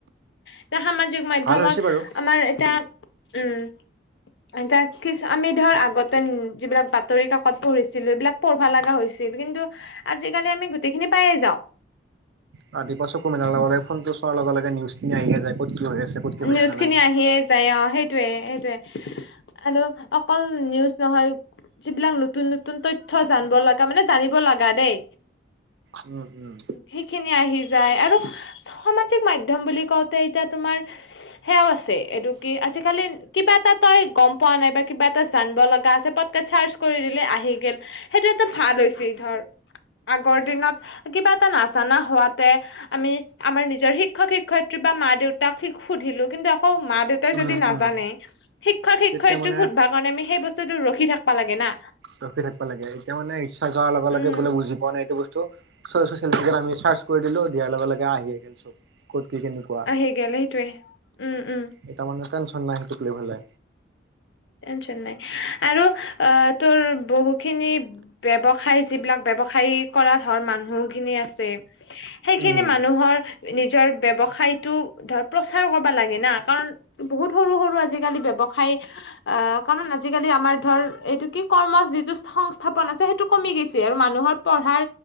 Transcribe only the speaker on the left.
এটা সামাজিক মাধ্যমত
আমাৰ এটা উম এ কিচ আমি ধৰ আগতে যিবিলাক বাতৰি কাকত পঢ়িছিলো এইবিলাক পঢ়বা লগা হৈছিল কিন্তু আজিকালি আমি গোটেইখিনি পায়ে যাওঁ।
নিউজখিনি
আহিয়ে যাই অ', সেইটয়ে সেইটোয়ে আৰু অকল নিউজ নহয় যিবিলাক নতুন নতুন তথ্য জানিব লগা মানে জানিব লগা দেই
সেইখিনি আহি যায় আৰু সামাজিক মাধ্যম বুলি কওঁতে এতিয়া তোমাৰ সেয়াও আছে এইটো কি আজিকালি কিবা এটা তই গম পোৱা নে বা কিবা এটা জানব লগা আছে পটক চাৰ্চ কৰি দিলে আহি গেল সেইটো এটা ভাল হৈছে ধৰ আগৰ দিনত কিবা এটা নাজানা হোৱাতে আমি আমাৰ নিজৰ শিক্ষক শিক্ষয়িত্ৰী বা মা দেউতাক সুধিলো কিন্তু আকৌ মা দেউতাই যদি
নাজানে
শিক্ষক শিক্ষয়িত্ৰীক
সুধবা কাৰণে আমি সেই বস্তু বস্তটো ৰখি থাকিব লাগে না।
উম
অ' হেগেল সেইটোৱে, উম, উম।
টেনচন নাই। আৰু অ' তোৰ বহুখিনি ব্যৱ সাই যিবিলাক ব্যৱসায় কৰা ধৰ মানুহখিনি আছে সেইখিনি
মানুহৰ নিজৰ ব্যৱসায়টো ধৰ প্ৰচাৰ কৰিবা লাগে না, কাৰণ বহুত সৰু সৰু আজিকালি ব্যৱসায় আ, কাৰণ আজিকালি আমাৰ ধৰ এইটো কি কৰ্ম যিটো সংস্থাপন আছে সেইটো কমি গৈছে আৰু মানুহৰ পঢ়াৰ